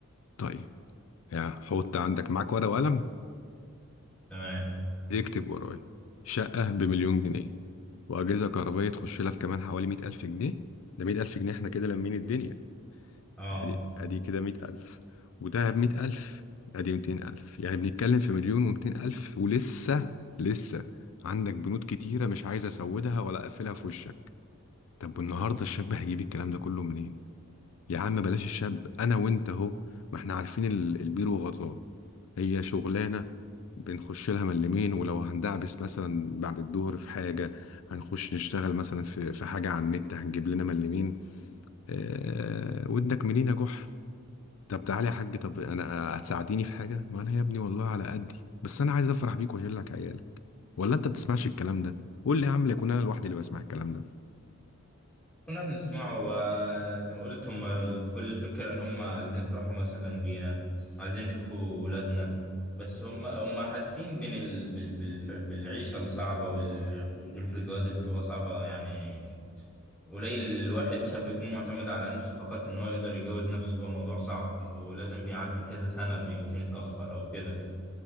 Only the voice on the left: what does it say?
طيب يا حط عندك معاك ورقة وقلم
اكتب ورايا شقة بمليون جنيه واجهزه كهربائيه تخش لها في كمان حوالي 100000 جنيه ده 100000 جنيه احنا كده لمين الدنيا
ادي ادي كده 100000 وده ب 100000 ادي 200000 يعني بنتكلم في مليون و200 الف ولسه لسه عندك بنود كتيره مش عايز اسودها ولا اقفلها في وشك طب والنهارده الشاب هيجيب الكلام ده كله منين يا عم بلاش الشاب انا وانت اهو ما احنا عارفين ال- البير وغطاه هي شغلانة بنخش لها من اليمين ولو هندعبس مثلا بعد الظهر في حاجة هنخش نشتغل مثلا في في حاجة على النت هنجيب لنا من اليمين آه ودك منين يا جح طب تعالى يا حاج طب انا آه، هتساعديني في حاجة ما انا يا ابني والله على قدي بس انا عايز افرح بيك واشيل لك عيالك ولا انت بتسمعش الكلام ده قول لي يا عم لا يكون انا لوحدي اللي بسمع الكلام ده